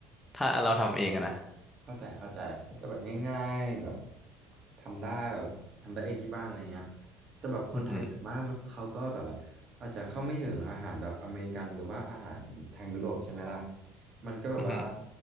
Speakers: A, on the left; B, on the right.
A: ถ้าเราทำเองอะนะ
B: เข้าใจเข้าใจก็แบบง่ายๆแบบทำได้แบบทำได้เองที่บ้านอะไรเงี้ยแต่แบบคนไทยส่วนมากมันเขาก็แบบว่าอาจจะเข้าไม่ถึงอาหารแบบอเมริกันหรือว่าอาหารทางยุโรปใช่ไหมล่ะ
A: อือหือ
B: มันก็แบบว่า
A: อือหือ